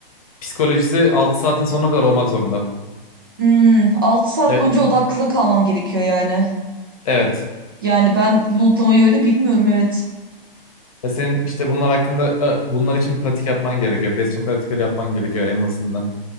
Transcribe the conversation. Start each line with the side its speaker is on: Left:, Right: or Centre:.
Left: psikolojisi 6 saatin sonuna kadar olmak zorunda.
Right: Hmm, 6 saat
Left: E,
Right: boyunca odaklı kalmam gerekiyor yani.
Left: Evet.
Right: Yani ben lootlamayı öyle bilmiyorum evet.
Left: Ve senin işte bunlar hakkında e, bunlar için pratik yapman gerekiyor. Bastion pratikleri yapman gerekiyor en basitinden.